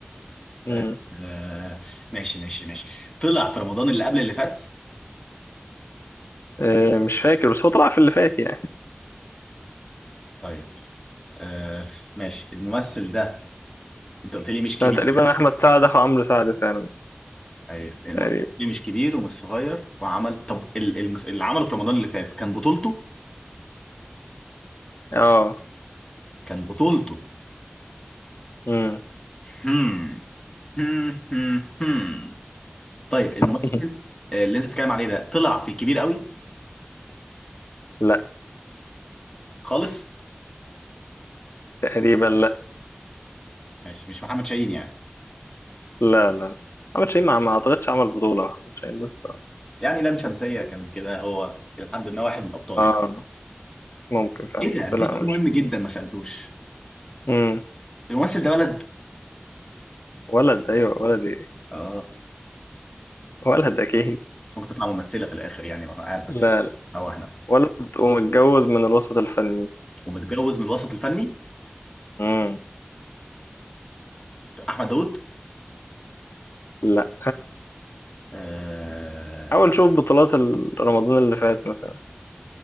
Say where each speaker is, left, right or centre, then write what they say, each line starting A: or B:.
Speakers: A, on the left (about 80°); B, on the left (about 20°).
A: مم.
B: آه، آه، ماشي ماشي ماشي طلع في رمضان اللي قبل اللي فات
A: أه مش فاكر بس هو طلع في اللي فات يعني
B: طيب آه، ماشي الممثل ده انت قلت لي مش كبير
A: أنا تقريبا احمد سعد اخو عمرو سعد فعلا
B: ايوه الم-
A: تقريبا
B: قلت لي مش كبير ومش صغير وعمل طب ال- المس... اللي عمله في رمضان اللي فات كان بطولته
A: اه
B: كان بطولته
A: مم.
B: هم. هم. هم. هم. طيب الممثل
A: <laughs>
B: اللي انت بتتكلم عليه ده طلع في الكبير قوي
A: لا
B: خالص
A: تقريبا لا
B: ماشي مش محمد شاهين يعني
A: لا لا احمد شاهين ما ما اعتقدش عمل بطوله احمد شاهين بس
B: يعني لام شمسية كان كده هو لحد ما واحد من الابطال
A: اه
B: يعني
A: ممكن فعلا
B: ايه ده
A: بس
B: انا
A: لا
B: في سؤال مهم
A: مش
B: جدا ما سالتوش
A: مم.
B: الممثل ده ولد
A: ولد ايوه ولد ايه
B: اه
A: ولد اكيد
B: بس ممكن تطلع ممثلة في الاخر يعني وانا قاعد بس
A: لا لا
B: سوح نفسي
A: ولد ومتجوز من الوسط الفني
B: ومتجوز من الوسط الفني
A: مم.
B: احمد داوود
A: لا
B: آه
A: حاول شوف بطولات ال- رمضان اللي فات مثلا